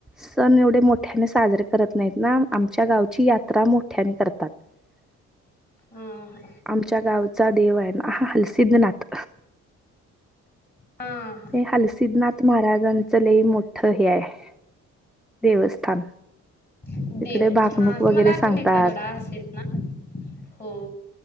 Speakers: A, in the centre; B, on the left.
A: सण एवढे मोठ्याने साजरे करत नाहीत ना, आमच्या गावची यात्रा मोठ्याने करतात. <inaudible>
B: हं, हा
A: आमच्या गावचा डेव आहे ना हं हलसिद्धनाथ.
B: हा,
A: ते हलसिद्धनाथ महाराजांचं लई मोठं हे आहे, देवस्थान.
B: देव
A: इकडे
B: आहे,
A: भाकणूक
B: हां
A: वगैरे
B: तुम्हाला ऐकून
A: सांगतात
B: येतं थोडा हसलेत ना? हो,